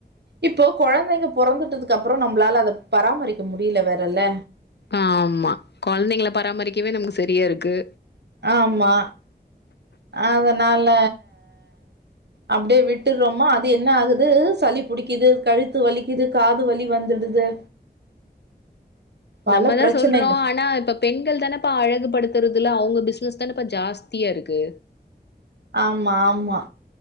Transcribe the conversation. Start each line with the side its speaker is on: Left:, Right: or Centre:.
Right: இப்போ கொழந்தைங்க பொறந்துட்டதுக்கப்றோ நம்ளால அதப் பராமரிக்க முடில வேற இல்ல
Left: ஆமா கொழந்தைங்ள பராமரிக்கவே நமக்கு செரியா இருக்கு
Right: ஆம்மா அதனால அப்டியே விட்டுர்றோமா அது என்ன ஆகுது சளிப் பிடிக்கிது கழுத்து வலிக்கிது காது வலி வந்துருடுது பல
Left: நம்மதா
Right: பிரச்சனைகள்
Left: சொல்றோ ஆனா இப்பப் பெண்கள் தானப்பா அழகுபடுத்துறதுல அவுங்க பிசினஸ் தானப்பா ஜாஸ்தியாருக்கு
Right: ஆமா ஆமா